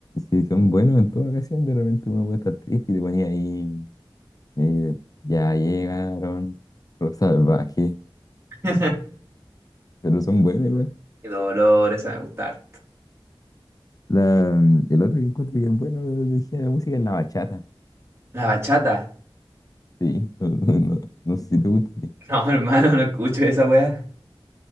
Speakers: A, on the left; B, on the right.
A: sí, son buenos en toda ocasión, de repente uno puede estar triste y te ponía ahí, eh, ya llegaron los salvajes,
B: <laughs> Qué
A: pero son buenos igual.
B: dolor, esa me gustar.
A: La, el otro que encuentro que es bueno de de género de música es la bachata.
B: La bachata. <laughs>
A: Sí, <laughs> no, no- no- no sé si te gusta a ti.
B: No, hermano, no escucho esa weá.